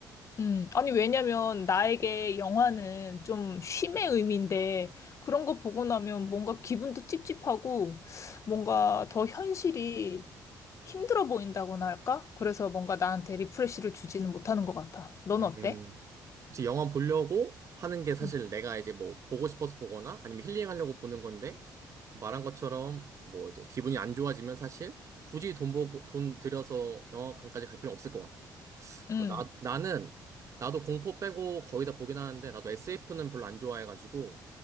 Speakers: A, on the left; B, on the right.
A: 음, 아니, 왜냐면, 나에게 영화는 좀 쉼의 의미인데, 그런 거 보고 나면 뭔가 기분도 찝찝하고, 뭔가 더 현실이 힘들어 보인다고나 할까? 그래서 뭔가 나한테 리프레시를 주지는 못하는 것 같아. 넌
B: 음.
A: 어때?
B: 그치, 영화 보려고 하는 게 사실
A: 음.
B: 내가 이제 뭐 보고 싶어서 보거나 아니면 힐링하려고 보는 건데 지금 말한 것처럼 뭐 이제 기분이 안 좋아지면 사실 굳이 돈 보고 돈 들여서 영화관까지 갈 필요는 없을 것 같아.
A: 음,
B: 어, 나, 나는 나도 공포 빼고 거의 다 보긴 하는데 나도 SF는 별로 안 좋아해가지고